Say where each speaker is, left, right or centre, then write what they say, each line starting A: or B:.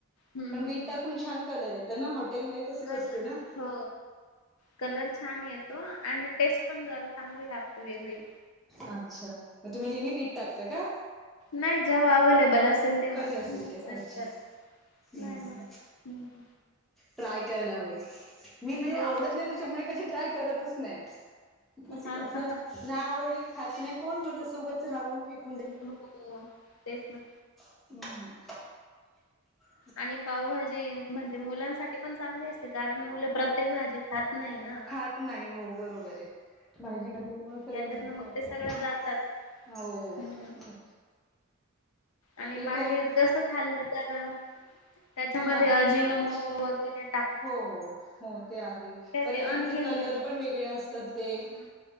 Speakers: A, on the left; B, in the centre.
A: हम्म
B: पण
A: हम्म
B: बीट
A: हम्म
B: टाक छान कलर येत ना हॉटेल म तसच
A: कल
B: असते ना
A: हो कलर छान येतो आणि टेस्ट पण जरा चांगली लागते वेगळी
B: अच्छा मग तुम्ही नेहमी बीट टाकता का?
A: नाही जेव्हा अव्लेबल असेल. तेव्हाचल
B: कधी असेल तेव्हा अच्छा
A: तर
B: हम्म
A: नाही मग
B: हम्म. ट्राय करायला हवे मी
A: हम्म
B: म्हणजे
A: हो
B: आवडत
A: छान
B: नाही त्याच्यामुळे
A: लागते.
B: कशी ट्राय करतच. नाही, मग
A: हा
B: ती कस
A: हा
B: नाय
A: हा.
B: आवडली की खात नाही कोण म तस उगच राहून फेक
A: <unintelligible> तेच ना.
B: हम्म <inaudible>
A: आणि पावभाजी म्हणते मुलांसाठी ते पण चांगली असते कारण मुलं प्रत्येक भाजी खात नाही ना.
B: खात नाही हो बरोबर आहे, भाजी घातल्यामुळे सगळ्या
A: याच्यातन
B: भाज्या
A: मग
B: जातात.
A: ते सगळ्या जातात
B: हो
A: हम्म. आणि
B: ते
A: बाहेर
B: करत
A: तसं खाल्लं तर, त्याच्यामध्ये
B: ह बाहेर
A: अजिन
B: खाण्यापेक्षा
A: मोट वगैरे टाक.
B: हो हो हो ते आहे परत
A: ते अनहेल्दी
B: त्यांचे कलर
A: आहे.
B: पण वेगळे असतात ते
A: हम्म.